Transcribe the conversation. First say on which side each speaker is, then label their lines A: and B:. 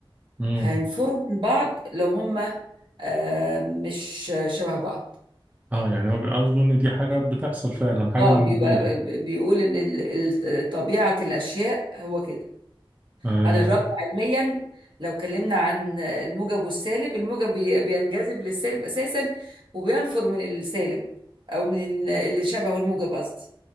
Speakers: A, on the right (about 15°); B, on the right (about 60°).
A: مم.
B: هينفروا من بعض لو هم آه، مش شبه بعض
A: اه يعني هو قصده إن دي حاجة بتحصل فعلا حاجة
B: اه
A: موجودة
B: بيبقى بيقول ان ال- ال- طبيعة الاشياء هو كده
A: اه
B: على الرغم علميا لو اتكلمنا عن الموجب والسالب الموجب بي- بينجذب للسالب اساسا وبينفر من السالب او من اللي شبهه الموجب قصدي